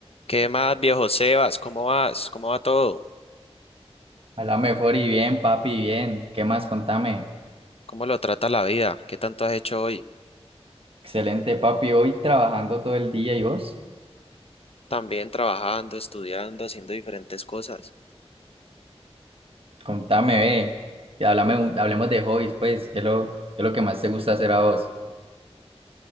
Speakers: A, on the left (about 65°); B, on the right (about 60°).
A: ¿Qué más, viejo Sebas? ¿Cómo vas? ¿Cómo va todo?
B: A la mejor y bien, papi, bien. ¿Qué más? Contame.
A: ¿Cómo lo trata la vida? ¿Qué tanto has hecho hoy?
B: Excelente, papi. Hoy trabajando todo el día y vos,
A: También trabajando, estudiando, haciendo diferentes cosas.
B: contame, ve. Que háblame un- hablemos de hobbies, pues. ¿Qué es lo, qué es lo que más te gusta hacer a vos?